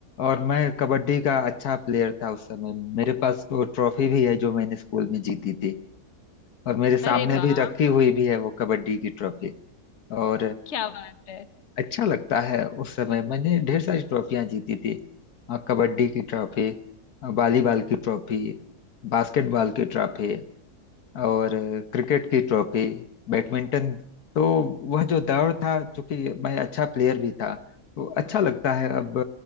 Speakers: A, on the left; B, on the left.
A: और मैं कबड्डी का अच्छा प्लेयर था उस समय मेरे पास वो ट्रॉफी भी है जो मैंने स्कूल में जीती थी और मेरे
B: अरे
A: सामने
B: वाह
A: अभी रखी हुई भी है वो कबड्डी की ट्रॉफी और
B: क्या बात है
A: अच्छा लगता है उस समय मैंने ढेर सारी ट्रॉफियां जीती थी अ, कबड्डी की ट्रॉफी अ, वॉलीबॉल की ट्रॉफी बास्केटबॉल की ट्रॉफी और अ, क्रिकेट की ट्रॉफी बैडमिंटन तो वह जो दौर था चूंकि मैं अच्छा प्लेयर भी था तो अच्छा लगता है अब